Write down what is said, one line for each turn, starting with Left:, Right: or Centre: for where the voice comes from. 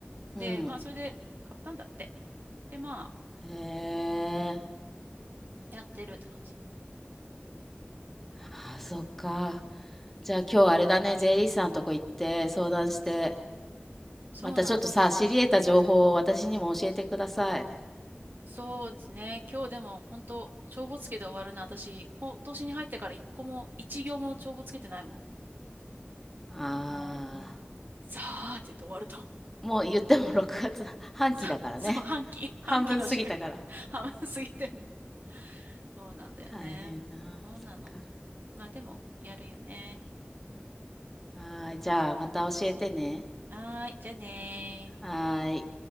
Right: で、
Centre: うん。
Right: まあ、それで買ったんだって。で、まあ、
Centre: へえ。
Right: うーん、やってるって感じ。
Centre: あ、そっか。じゃあ今日あれだね、税理士さんとこ行って相談して、
Right: そうなの。
Centre: またちょっとさ、知り得た情報を私にも教えてください。
Right: そうですね。今日でも、本当帳簿つけで終わるな。私、今年に入ってから一個も、一行も帳簿つけてないもん。
Centre: あ
Right: もう、うん、さあって言って終わると思う。
Centre: あ、もう言っても6月半期だからね。
Right: さ、そう、半期、半期の締め、
Centre: 半分過ぎたから。
Right: 半分過ぎてんの。そうなんだよね。
Centre: 大変だ。
Right: そうなの。
Centre: そっか。
Right: まあでも、やるよね。
Centre: はーい、じゃあまた教えてね。
Right: はーい、じゃあねー。
Centre: はーい。